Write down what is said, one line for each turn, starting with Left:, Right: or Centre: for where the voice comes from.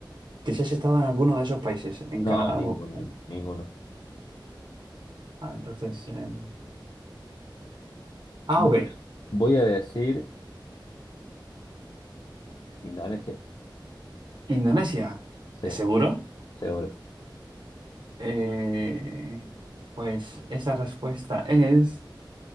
Right: Que si has estado en alguno de esos países, en
Left: No,
Right: Canadá
Left: ninguno,
Right: o...
Left: ninguno.
Right: Ah, entonces... em, A
Left: Voy,
Right: o B.
Left: voy a decir Indonesia.
Right: Indonesia.
Left: Sí.
Right: ¿Seguro?
Left: seguro.
Right: Eh, pues esa respuesta es...